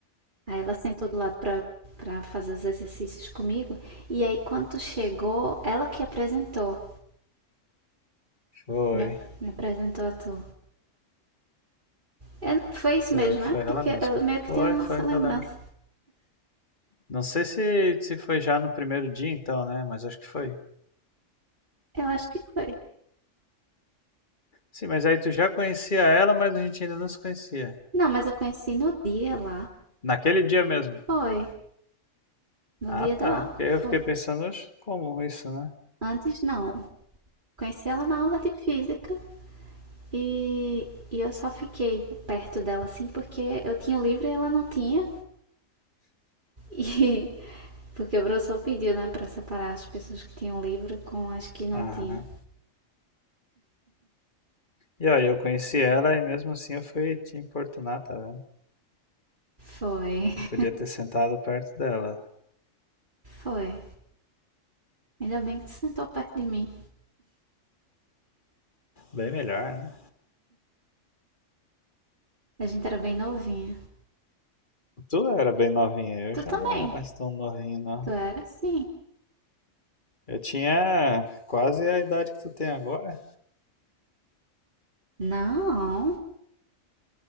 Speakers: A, on the right; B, on the left.
A: Aí ela sentou do lado pra para fazer os exercícios comigo. E aí, quando tu chegou, ela que apresentou.
B: Foi,
A: Me, ap- me apresentou a tu. É, foi isso
B: foi,
A: mesmo,
B: foi
A: né?
B: ela
A: Porque
B: mesma.
A: eu meio que
B: Foi,
A: tenho
B: foi,
A: essa lembrança.
B: eu lembro. Não sei se, se foi já no primeiro dia então, né? Mas acho que foi.
A: Eu acho que foi.
B: Sim, mas aí tu já conhecia ela, mas a gente ainda não se conhecia.
A: Não, mas eu conheci no dia lá.
B: Naquele dia mesmo.
A: Foi. No
B: Ah,
A: dia
B: tá.
A: da aula.
B: Porque aí eu
A: Foi.
B: fiquei pensando, "Oxe, como isso, né?
A: Antes não. Conheci ela na aula de física e, e eu só fiquei perto dela assim porque eu tinha o livro e ela não tinha. E <laughs> porque o professor pediu, né, pra separar as pessoas que tinham livro com as que não
B: Aham.
A: tinham.
B: E aí eu conheci ela e mesmo assim eu fui te importunar, tá vendo?
A: Foi.
B: Eu podia
A: <laughs>
B: ter sentado perto dela.
A: Foi. Ainda bem que tu sentou perto de mim.
B: Bem melhor, né?
A: A gente era bem novinha.
B: Tu era bem novinha, eu
A: Tu
B: já
A: também.
B: não era mais tão novinho, não.
A: Tu era assim
B: Eu tinha quase a idade que tu tem agora.
A: Não.